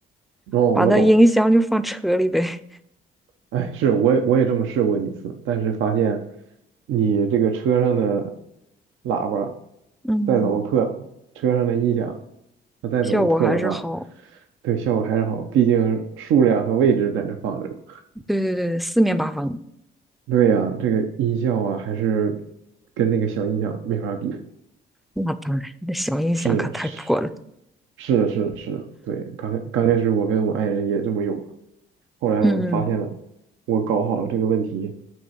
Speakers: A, on the right; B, in the centre.
A: 哦，
B: 把那音箱就放车里呗。
A: 我懂。哎，是，我也我也这么试过几次，但是发现你这个车上的喇叭
B: 嗯，
A: 再怎么破，车上的音响
B: <laughs>
A: 它再怎么破的话，
B: 效果还是好。
A: 对效果还是好，毕竟数量和位置在那放着呢
B: 对对对，四面八方。
A: 对呀，这个音效啊，还是跟那个小音响没法比。
B: 那当然，那小音响可太破了。
A: 是的是是的是的是的，对，刚开刚开始我跟我爱人也这么用过，后来我们发现了，
B: 嗯嗯，
A: 我搞好了这个问题。